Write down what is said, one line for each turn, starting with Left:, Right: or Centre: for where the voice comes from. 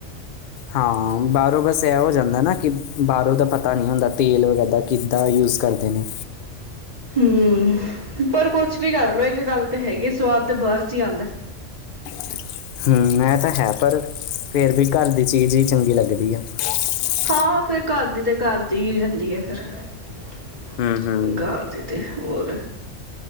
Left: ਹਾਂ <unintelligible> ਹਰੋਂ ਬਸ ਇਹ ਹੋ ਜਾਂਦਾ ਨਾ ਕਿ ਬਾਹਰੋਂ ਦਾ ਪਤਾ ਨਹੀ ਹੁੰਦਾ। ਤੇਲ ਵਗੈਰਾ ਕਿੱਤਾ ਯੂਜ। ਕਰਦੇ ਨੇ।
Right: ਹੂੰ ਪਰ ਕੁ ਕੁਛ ਵੀ ਕਰ ਲਓ ਇੱਕ ਗੱਲ ਤੇ ਹੈਗੀ ਸਵਾਦ ਤੇ ਬਾਰ ਚ ਹੀ ਆਂਦਾ।
Left: ਹੂੰ ਐ ਤਾਂ ਹੈ ਪਰ ਫੇਰ ਵੀ ਘਰ ਦੀ ਚੀਜ਼ ਹੀ ਚੰਗੀ ਲੱਗਦੀ ਐ। <unintelligible>
Right: ਹਾਂ ਫੇਰ ਘਰ ਦੀ ਤੇ ਘਰ ਦੀ ਰਹਿੰਦੀ ਹੈ ਫਿਰ। <unintelligible>
Left: ਹੂੰ ਹੂੰ
Right: ਤੇ ਹੋਰ।